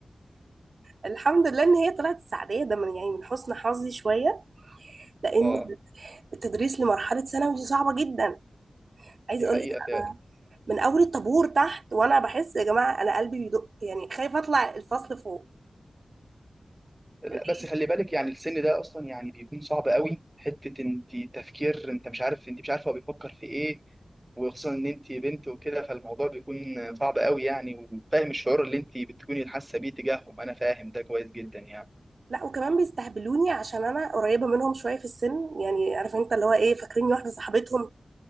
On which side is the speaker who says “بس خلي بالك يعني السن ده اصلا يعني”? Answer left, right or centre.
Right